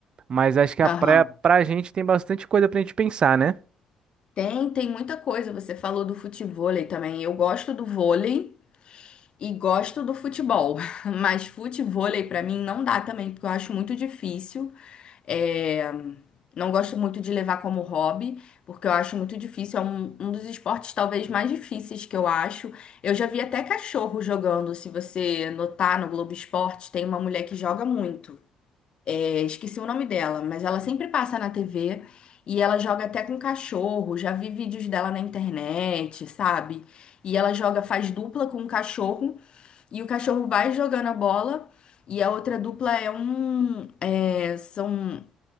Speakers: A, on the right; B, on the left.
A: Mas acho que a
B: Aham.
A: praia, pra gente, tem bastante coisa pra gente pensar, né?
B: Tem, tem muita coisa. Você falou do futevôlei também. Eu gosto do vôlei e gosto do futebol, <laughs> mas futevôlei pra mim não dá também, porque eu acho muito difícil. É, não gosto muito de levar como hobby, porque eu acho muito difícil. É um, um dos esportes talvez mais difíceis que eu acho. Eu já vi até cachorro jogando. Se você notar no Globo Esporte, tem uma mulher que joga muito. É, esqueci o nome dela, mas ela sempre passa na TV e ela joga até com cachorro. Já vi vídeos dela na internet, sabe? E ela joga, faz dupla com o cachorro e o cachorro vai jogando a bola. E a outra dupla é um. é, são